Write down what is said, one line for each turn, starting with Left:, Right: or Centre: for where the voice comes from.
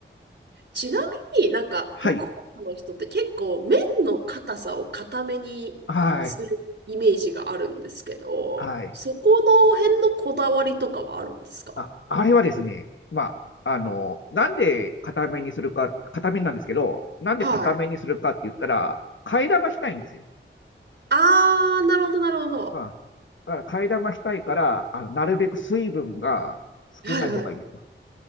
Right: ちなみになんか福岡の人って結構麺の硬さを硬めにするイメージがあるんですけど、
Left: はい。はい。はい。
Right: そこの辺のこだわりとかはあるんですか
Left: あ、あれはですね、まあ、あの、なんで硬めにするか、硬めなんですけど、なんで硬めにするかって言ったら、
Right: はい。
Left: 替え玉したいんですよ。
Right: あー、なるほど、なるほど。
Left: うん。だから替え玉したいから、あの、なるべく水分が少ない方がいいんですよ。
Right: はいはい。